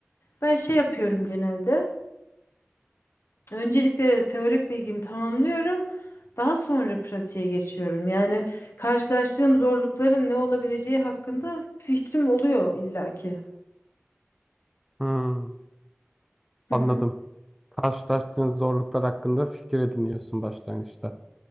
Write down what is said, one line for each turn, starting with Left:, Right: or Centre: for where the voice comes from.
Left: Ben şey yapıyorum genelde. Öncelikle teorik bilgimi tamamlıyorum. Daha sonra pratiğe geçiyorum. Yani karşılaştığım zorlukların ne olabileceği hakkında fikrim oluyor illaki.
Centre: Hı.
Left: Hı
Centre: Anladım.
Left: hı.
Centre: Karşılaştığın zorluklar hakkında fikir ediniyorsun başlangıçta.